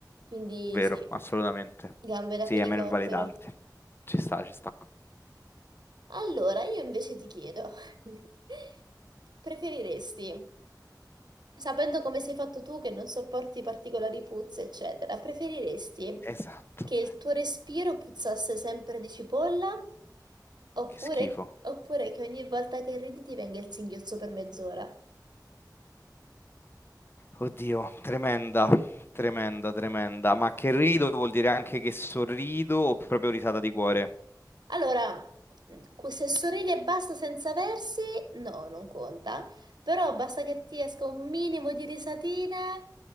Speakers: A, on the right; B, on the left.
A: Quindi
B: Vero,
A: sì,
B: assolutamente.
A: gambe da
B: Sì,
A: fenicottero.
B: è meno invalidante. Ci sta, ci sta.
A: Allora, io invece ti chiedo, <laughs> preferiresti Sapendo come sei fatto tu, che non sopporti particolari puzze, eccetera, preferiresti
B: Esatto.
A: che il tuo respiro puzzasse sempre di cipolla oppure,
B: Che schifo.
A: oppure che ogni volta che ridi ti venga il singhiozzo per mezz'ora?
B: Oddio, tremenda, tremenda, tremenda. Ma che rido vuol dire anche che sorrido o proprio risata di cuore?
A: Allora, mh, se sorridi e basta senza versi, no, non conta, però basta che ti esca un minimo di risatina,